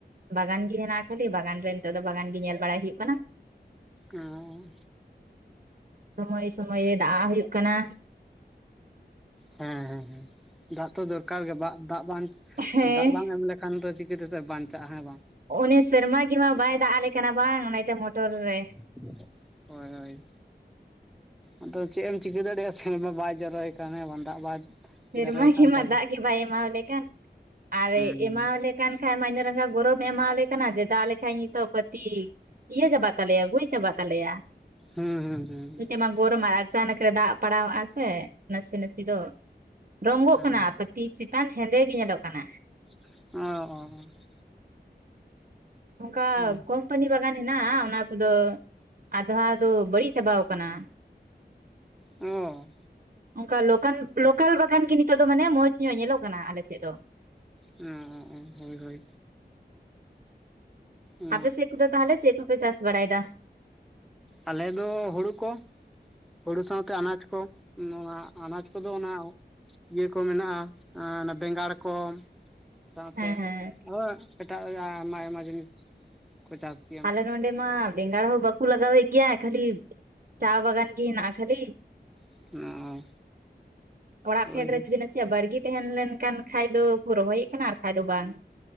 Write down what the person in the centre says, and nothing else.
ᱚ,
ᱦᱮᱸ ᱦᱮᱸ ᱦᱮᱸ, ᱫᱟᱜ ᱛᱚ ᱫᱚᱨᱠᱟᱨ ᱜᱮ ᱵᱟᱜ ᱫᱟᱜ ᱵᱟᱝ
ᱫᱟᱜ ᱵᱟᱝ ᱮᱢ ᱞᱮᱠᱷᱟᱱ ᱫᱚ ᱪᱤᱠᱟᱹᱛᱮᱫᱚ ᱵᱟᱧᱪᱟᱜᱼᱟ ᱦᱮᱸ ᱵᱟᱝ?
<inaudible> ᱦᱳᱭ ᱦᱳᱭ᱾ ᱟᱫᱚ ᱪᱮᱫ ᱮᱢ ᱪᱤᱠᱟᱹ ᱫᱟᱲᱮᱭᱟᱜᱼᱟ ᱥᱮᱨᱢᱟ ᱵᱟᱭ ᱡᱚᱨᱚᱭ ᱠᱷᱟᱱ ᱦᱮᱸ ᱵᱟᱝ ᱫᱟᱜ ᱵᱟᱭ
ᱡᱚᱨᱚᱭ ᱠᱟᱱ
ᱛᱟᱞᱮ
ᱦᱩᱸ
ᱦᱩᱸ ᱦᱤᱸ ᱦᱩᱸ,
ᱦᱩᱸ
<unintelligible>
ᱦᱩᱸ
ᱚ,
ᱦᱩᱸ ᱦᱩᱸ ᱦᱳᱭ ᱦᱳᱭ᱾ ᱚ
ᱟᱞᱮ ᱫᱚ ᱦᱩᱬᱩ ᱠᱚ ᱦᱩᱲᱩ ᱥᱟᱶᱛᱮ ᱟᱱᱟᱡᱽ ᱠᱚ ᱱᱚᱣᱟ ᱟᱱᱟᱡᱽ ᱠᱚᱫᱚ ᱚᱱᱟ ᱤᱭᱟᱹ ᱠᱚ ᱢᱮᱱᱟᱜᱼᱟ ᱟ ᱚᱱᱟ ᱵᱮᱸᱜᱟᱲ ᱠᱚ ᱥᱟᱶᱛᱮ
ᱦᱳ ᱮᱴᱟᱜ ᱟᱭᱢᱟ ᱟᱭᱢᱟ ᱡᱤᱱᱤᱥ ᱠᱚ ᱪᱟᱥ ᱜᱮᱭᱟ
ᱚ
ᱦᱳᱭ
ᱦᱳᱭ
ᱦᱮᱸ